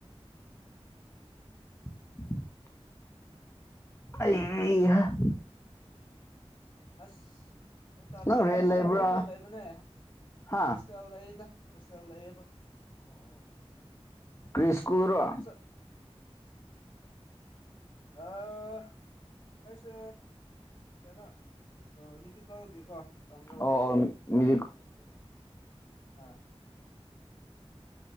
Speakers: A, on the left; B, on the left.
A: <inaudible> ꯑ
B: ꯑꯁ ꯌꯦꯟ ꯇꯥꯗ꯭ꯔ
A: ꯅꯪ ꯔꯦꯟ
B: ꯌꯨꯝ
A: ꯂꯩꯕ꯭ꯔꯥ
B: ꯆꯠꯅꯤꯡꯕꯣ ꯂꯩꯕꯅꯦ
A: ꯍꯥ
B: ꯍꯣꯁꯇꯦꯜ ꯂꯩꯗ ꯍꯣꯁꯇꯦꯜ ꯂꯩꯌꯦꯕ
A: ꯀꯁꯀꯔ
B: ꯑꯗꯨ ꯌꯨꯝ ꯆꯠ ꯑꯥ ꯑꯩꯁꯦ ꯀꯩꯅꯣ ꯃꯦꯗꯤꯀꯦꯜꯒꯤꯀꯣ ꯇꯝꯔꯒ
A: ꯑꯣ ꯃ
B: ꯍꯥꯥ